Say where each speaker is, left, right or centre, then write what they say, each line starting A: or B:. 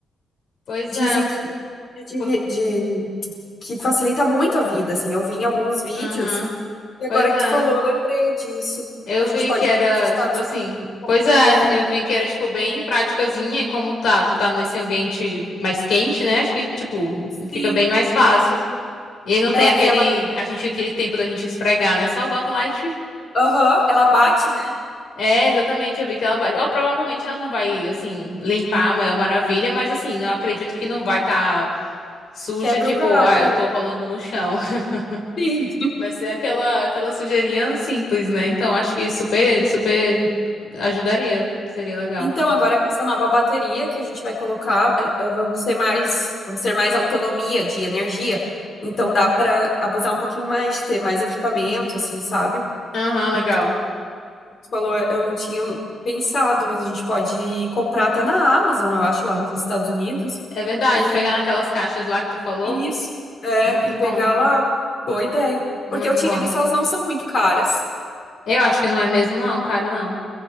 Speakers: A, on the left; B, on the left.
A: Pois
B: Dizem
A: é.
B: que, é de
A: po-
B: vi- de- que facilita muito a vida, assim. Eu vi em alguns vídeos,
A: Aham.
B: e agora
A: Pois é.
B: que tu falou, eu lembrei disso.
A: Eu
B: A gente
A: vi
B: pode
A: que era,
B: ver nos Estados
A: tipo assim...
B: Unidos.
A: Pois é,
B: É,
A: eu vi que era, tipo, bem praticazinha, e como tá, tu tá nesse ambiente mais quente, né? Acho que, tipo,
B: sim.
A: fica bem mais fácil. E aí não tem
B: É,
A: aquele,
B: e ela,
A: a gente, aquele tempo da gente esfregar, né? Só bota lá e... <laughs>
B: aham, ela bate, né?
A: É, exatamente, eu vi que ela baixa. Ou provavelmente ela não vai, assim, limpar a maior maravilha, mas assim, eu acredito que não vai estar suja,
B: Quebra
A: tipo,
B: o galho.
A: ah,
B: É.
A: eu tô rolando no chão. <laughs>
B: Sim.
A: Vai ser aquela, aquela sujeirinha simples, né? Então acho que super, super ajudaria. Seria legal.
B: Então, agora com essa nova bateria que a gente vai colocar, eh, eh, vamos ter mais, vamos ter mais autonomia de energia. Então dá para abusar um pouquinho mais, ter mais equipamento, assim, sabe?
A: Aham,
B: Então,
A: legal.
B: você falou, eu não tinha pensado, mas a gente pode comprar até na Amazon, eu acho, lá nos Estados Unidos.
A: É verdade,
B: E
A: pegar naquelas caixas lá que tu falou.
B: e isso, é,
A: Muito
B: e pegar
A: bom,
B: lá. Boa ideia.
A: muito
B: Porque eu tinha
A: bom.
B: visto, elas não são muito caras.
A: Eu acho que não é mesmo, não, caro, não.